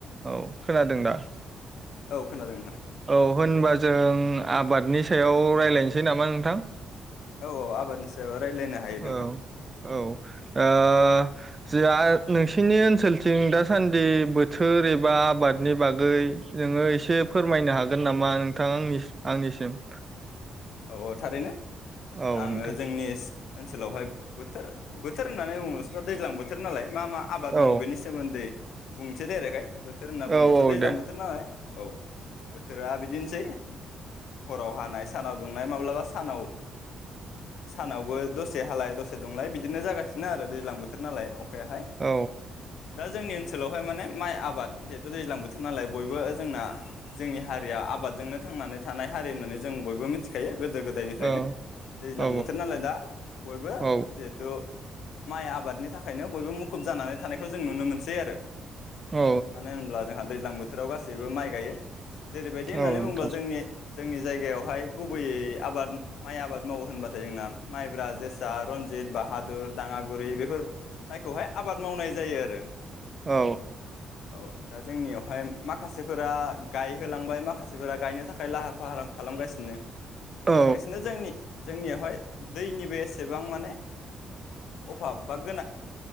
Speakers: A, on the right; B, on the left.
A: औ खोनादों दा
B: औ खोनादों नोंथां
A: औ होनबा जों आबादनि सायाव रायलायनोसै नामा नोंथां
B: औ औ आबादनि सायाव रायलायनो हायो नोंथां
A: औ औ ओ जोंहा नोंसिनि ओनसोलथिं दासान्दि बोथोर ए बा आबादनि बागै नोङो एसे फोरमायनो हागोन नामा नोंथां आंनि आंनिसिम
B: औ औ थारैनो
A: औ
B: आङो
A: नोंथां
B: जोंनि ओनसोलावहाय बोथोर बोथोर होननानै बुंङो दा दैज्लां बोथोर नालाय मा मा आबाद
A: औ
B: मावो बेनि सोमोन्दै बुंसै दायरेकयै बोथोर होनना बुंङोबाथ'
A: औ औ
B: दैज्लां
A: दे
B: बोथोर नालाय औ बोथोरा बिदिनो सै हराव हानाय सानाव दुंनाय माब्लाबा सानाव सानावबो दसे हालाय दसे दुंलाय बिदिनो जागासिनो आरो दैज्लां बोथोर नालाय बेहाय
A: औ
B: दा जोंनि ओनसोल ओनसोलावहाय माने माइ आबाद जिहेथु दैज्लां बोथोर नालाय बयबो जोंना जोंनि हारिया आबादजोंनो थांनानै थानाय हारि होननानै जों बयबो मिथि मिथिखायो गोदो गोदायनिफ्रायनो
A: औ
B: दैज्लां
A: औ
B: बोथोर नालाय दा बयबो
A: औ
B: जिहेथु माइ आबादनि थाखायनो बयबो मुखुब जानानै थानायखौ जों नुनो मोनसै आरो
A: औ
B: मानो होनब्ला जोहा दैज्लां बोथोराव गासैबो माइ गायो जेरैबायदि होननानै
A: औ नोंथां
B: बुङोब्ला जोंनि जोंनि जायगायावहाय गुबैयै आबाद माइ आबाद मावो होनबाथाय जोंना माइब्रा जोसा रनजित बाहादुर दाङागुरि बेफोर माइखौहाय आबाद मावनाय जायो आरो
A: औ
B: औ दा जोंनियावहाय माखासे फोरा गायहोलांबाय माखासेफोरा गायनो थाखाय लाहार फाहार खालामगासिनो
A: औ
B: लोगोसेनो जोंनि जों जोंनियावहाय दैनिबो एसेबां माने अभाब बा गोनां